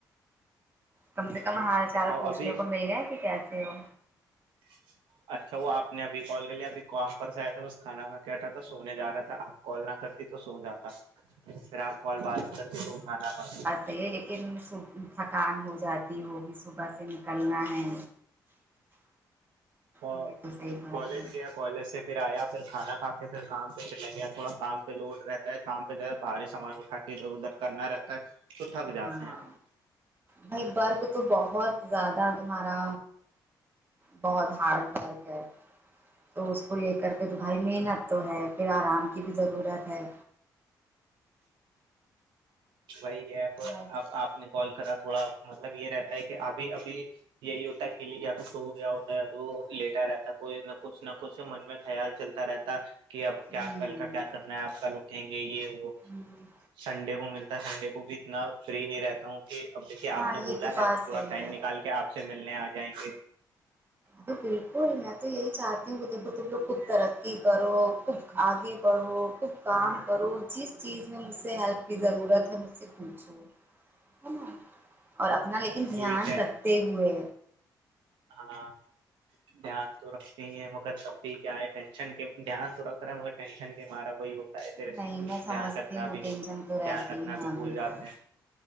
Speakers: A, on the right (about 25°); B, on the right (about 80°).
A: کم سے کم
B: اور
A: حال چال پوچھنے
B: ابھی
A: کو مل گیا کہ کیسے ہو
B: جچ اچھا وہ آپ نےبھی کال کر لیا ابھی کوم پر سے آیا تھا بس کھانا کا تھا تو سونے جا رہا تھا آپ کال نہ کرتی تو سو جاتا پھر آپ کال بعات نہ کرتی تو اٹا نہا
A: چے لیکن ص تھکان ہو جاتی ہو بھی صبح سے نکلنا ہے
B: کالج
A: یہ تو صحیح بات ہے
B: کالج سے پھر آیا پھر کھانا کھا کے پھر کام پہ چلاے گیا تھوڑا کام پہ لوڈ رہتا ہے کام پہ ہے بھاریے سامان اٹھا کے ادھر کرنا رہتا ہے تو تھک جاتے
A: ہاں
B: ہیں
A: بھائی ورک تو بہت زیادہ تمہارا بہت ہارڈ ورک تو اس کو لے کر کے تو بھائی محنت تو ہے پھر آرام کی بھی ضرورت ہے
B: وہی ایپ
A: میں
B: اب آپ نے کال کرا تھوڑا مطلب یہ رہتا ہے کہ ابھی ابھی یہی ہوتا ہے کل جیا تو سو گیا ہوتا ہے تو لیٹا رہتا ہے کوئی نہ کچھ نہ کچھ من میں خیال چلتا رہتا کہ اب کیا
A: ہوں
B: کل کا کیا کرنا ہے آپ کل اھیں گے یہ وہ
A: جی
B: سنڈے کو ملتا سنڈے کو بھی اتنا فری نہیں رہتا ہوں جی اب دیکھیے آپ
A: ہاں
B: نے
A: یہ
B: بولا ہے
A: بات
B: تو تھوڑا
A: صحیح
B: ٹائم
A: ہے
B: نکال کے آپ سے ملنے آ جائیں گے
A: جی بالکل میں تو یہی چاہتی ہوں کہ دیکھو تم لوگ خود ترقی کرو خود آگے بڑھو کام کرو جس چیز میں مجھ سے ہیلپ کی ضرورت ہے مجھ سے پوچھو نا اور اپنا لیکن
B: ٹھیک
A: دھیان
B: ہے
A: رکھتے ہوئے
B: ہاں دھیان تو رکھتے ہی ہیں مگر تبھی کیا ہے دھیان تو رکھا ٹینشن کے مارا وہی ادھر
A: نہیں میں سمجھتی
B: دھیان رکھنا
A: ہوں
B: بھی
A: ٹینشن تو رہتی
B: دھیان رکھنا
A: ہے
B: بھی
A: ہاں
B: بھول
A: بالکل
B: جاتے ہیں